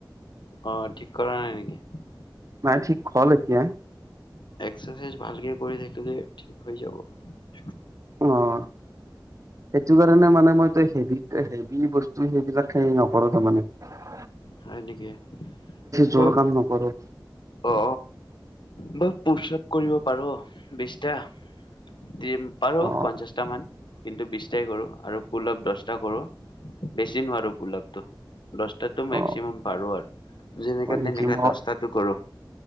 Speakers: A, on the left (about 80°); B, on the right (about 45°).
A: অ ঠিক কৰা নাই নেকি ।
B: নাই ঠিক হল এতিয়া ।
A: এক্সাৰচাইজ ভালকে কৰি থাকিলে ঠিক হৈ যাব ।
B: অ সেইটো কাৰণে মানে মই হেভি হেভি বস্তু সেইবিলাক খাই হেই নকৰো তাৰমানে ।
A: হয় নেকি
B: জোৰ
A: ব
B: কাম নকৰো
A: অ অ ব পুশআপ কৰিব পাৰো বিছটা দিম পাৰো
B: অ
A: পঞ্চাছটামান । কিন্তু বিশটাই কৰো আৰু পোলআপ দশটা কৰো বেছি নোৱাৰো পোলআপটো । দশটাটো মেক্সিমাম
B: অ
A: পাৰো আৰু যেনেকা
B: হয়
A: তেনেকা
B: নেকি মই
A: দশটাটো কৰো ।